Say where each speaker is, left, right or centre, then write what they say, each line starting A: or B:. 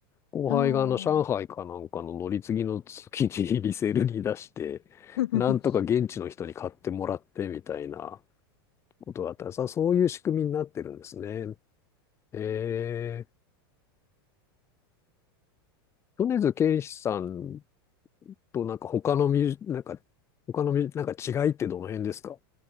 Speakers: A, on the left; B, on the left.
A: 後輩があの上海かなんかの乗り継ぎの月にリセールに出して、
B: ああ。<laughs>
A: なんとか現地の人に買ってもらってみたいな、ことだったんです。あ、そういう仕組みになってるんですね。えー、米津玄師さんとなんか他のミュージ、なんか、他のミュージ、なんか違いってどの辺ですか